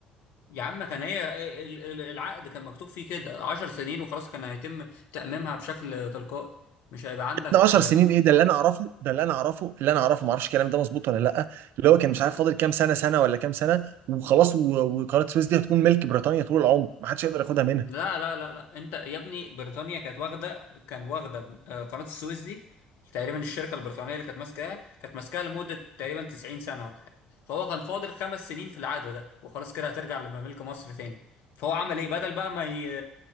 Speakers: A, on the left (about 60°); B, on the right (about 60°).
A: يا عم كان هي ال- ال- العقد كان مكتوب فيه كده 10 سنين وخلاص كان هيتم تأميمها بشكل تلقائي مش هيبقى عندك
B: ده 10 سنين ايه ده اللي انا اعرفه ده اللي انا اعرفه اللي انا اعرفه ما اعرفش الكلام ده مظبوط ولا لا اللي هو كان مش عارف فاضل كام سنه سنه ولا كام سنه وخلاص و- وقناه السويس دي هتكون ملك بريطانيا طول العمر ما حدش يقدر ياخدها منها
A: لا لا لا لا انت يا ابني بريطانيا كانت واخده كان واخده آه، قناه السويس دي تقريبا الشركه البريطانيه اللي كانت ماسكاها كانت ماسكاها لمده تقريبا 90 سنه ولا حاجه فهو كان فاضل خمس سنين في العقد ده وخلاص كده هترجع لملك مصر تاني فهو عمل ايه بدل بقى ما, ي...